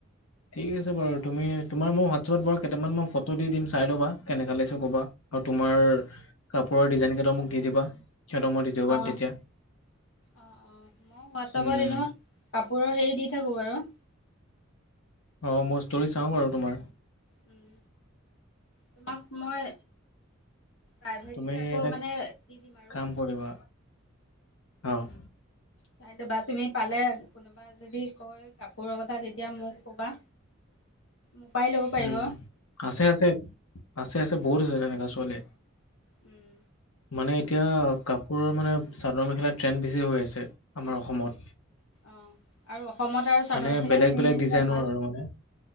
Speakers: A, on the left; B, on the left.
A: ঠিক আছে বাৰু, তুমি তোমাৰ মোৰ হোৱাটছআপত বাৰু কেইটামান ফটো দি দিম চাই লবা কেনেকা লাগছে ক'বা। আৰু তোমাৰ কাপোৰৰ ডিজাইন কেইটা মোক দি দিবা সিহঁতক মই দিব পাৰিম
B: অ'
A: তেতিয়া
B: অ' অ' মই হোৱাটছআপত
A: উম
B: এনো কাপোৰৰ হেৰি দি থাকো বাৰু।
A: অ' মই ষ্টৰি চাওঁ বাৰু তোমাৰ।
B: উম, তোমাক মই প্ৰাইভেটকৈ
A: তুমি
B: আকৌ
A: এটা
B: মানে দি দিম আৰু।
A: কাম কৰিবা অ'
B: চাইথবা তুমি পালে কোনো কোনবাই যদি কয় কাপোৰৰ কথা তেতিয়া মোক ক'বা মোৰপৰাই ল'ব পাৰিব।
A: উম আছে, আছে, আছে, আছে, বহুত আছে তেনেকুৱা ছোৱালী।
B: উম।
A: মানে এতিয়া কাপোৰৰ মানে চাদৰ মেখেলা ট্ৰেণ্ড বেছি হৈ আছে আমাৰ অসমত।
B: অ' আৰু অসমত আৰু চাদৰ
A: মানে
B: মেখেলাই
A: বেলেগ
B: পিন্ধি
A: বেলেগ
B: আহিলে
A: ডিজাইনৰ
B: ভাল।
A: আৰু মানে